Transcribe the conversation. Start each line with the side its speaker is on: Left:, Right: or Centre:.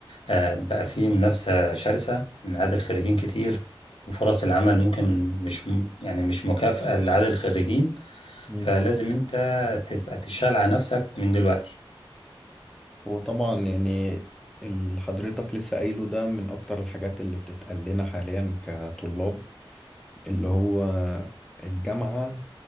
Left: آه، بقى فيه منافسة شرسة من عدد الخريجين كتير وفرص العمل ممكن مش م- يعني مش مكافأة لعدد الخريجين
Centre: مم.
Left: فلازم أنت تبقى تشتغل على نفسك من دلوقتي
Centre: هو طبعا يعني اللي حضرتك لسه قايله ده من اكتر الحاجات اللي بتتقال لنا حاليا كطلاب اللي هو الجامعة